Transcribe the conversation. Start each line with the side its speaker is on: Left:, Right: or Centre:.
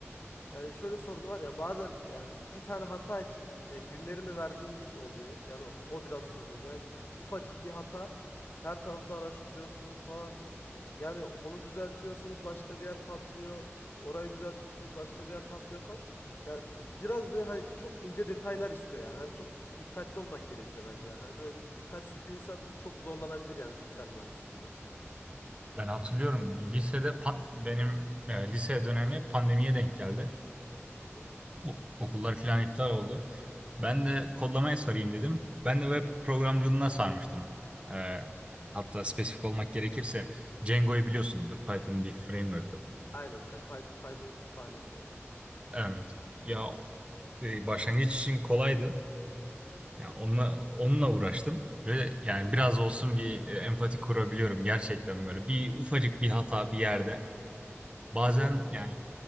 Left: Yani şöyle sorunu var ya bazen yani bir tane hata için yani günlerini verdiğiniz oluyor. Yani o biraz sorun oluyor. Yani ufacık bir hata her tarafta araştırıyorsunuz falan. e, Yani onu düzeltiyorsunuz başka bir yer patlıyor. Orayı düzeltiyorsunuz başka bir yer patlıyor falan. Ya biraz böyle hani çok ince detaylar istiyor yani. Hani çok dikkatli olmak gerekiyor bence yani. Hani böyle dikkatsiz bir insan çok zorlanabilir yani bilgisayar mühendisliğinde.
Right: Ben hatırlıyorum lisede pa- benim e, lise dönemi pandemiye denk geldi.
Left: Hı hı.
Right: Ok- okullar falan iptal oldu. Ben de kodlamaya sarayım dedim. Ben de web programcılığına sarmıştım. Ee, yani hatta spesifik olmak gerekirse Django'yu biliyorsunuzdur. Python'ın bir framework'ı.
Left: Evet. Aynen. Hani Python, Python'ın kütüphanesi evet.
Right: Evet. Ya e, başlangıç için kolaydı.
Left: Hı hı.
Right: Ya onunla, onunla uğraştım ve yani biraz olsun bir e, empati kurabiliyorum gerçekten böyle. Bir ufacık bir hata bir yerde.
Left: Ya
Right: Bazen
Left: bir de
Right: yani